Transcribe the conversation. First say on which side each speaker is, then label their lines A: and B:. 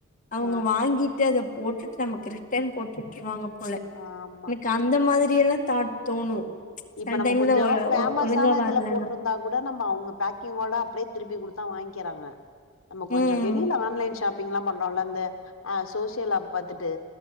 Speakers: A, on the left; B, on the left.
A: அவுங்க
B: ஆ
A: வாங்கிட்டு அத போட்டுட்டு நமக்கு ரிட்டன் போட்டுட்டுருவாங்க போல
B: ஆமா
A: எனக்கு அந்த மாதிரியெல்லா தாட் தோணு
B: இப்ப
A: சில
B: நம்ம
A: டைம்ல
B: கொஞ்சோ
A: ஒ
B: ஃபேமஸ்
A: ஒ ஒழுங்கா
B: ஆன இதுல
A: வரலன்னா
B: போட்ருந்தா கூட நம்ம அவுங்க பேக்கிங்கோட அப்டியே திருப்பி குடுத்தா வாங்கிகுறாங்க நம்ம கொஞ்சோ
A: ம்
B: வெளில ஆன்லைன் ஷாப்பிங்ல்லா பண்றோல்ல இந்த அ சோஷியல் ஆப் பாத்துட்டு